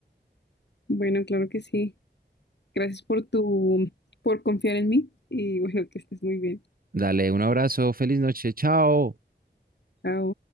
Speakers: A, on the left; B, on the right.
A: Bueno, claro que sí. Gracias por tu, por confiar en mí y <laughs> bueno, que estés muy bien.
B: Dale un abrazo, feliz noche, chao.
A: Chao.